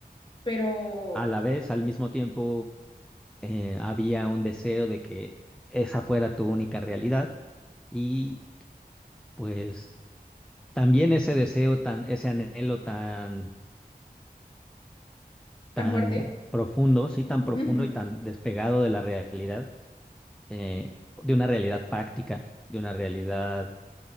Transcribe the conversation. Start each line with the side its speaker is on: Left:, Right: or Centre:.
Left: pero
Centre: A la vez, al mismo tiempo, eh, había un deseo de que esa fuera tu única realidad y pues también ese deseo tan, ese anhelo tan,
Left: tan
Centre: tan
Left: fuerte,
Centre: profundo, sí, tan profundo
Left: ujú,
Centre: y tan despegado de la realidad, eh, de una realidad práctica, de una realidad